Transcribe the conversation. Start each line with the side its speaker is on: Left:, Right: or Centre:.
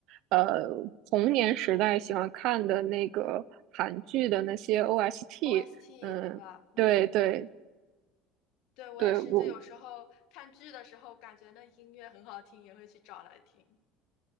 Right: 呃童年时代喜欢看的那个韩剧的那些 OST，
Left: ，OST
Right: 嗯，
Left: 是吧？嗯，
Right: 对对
Left: 对，我也是，
Right: 对，我
Left: 就有时候看剧的时候，感觉那音乐很好听，也会去找来听。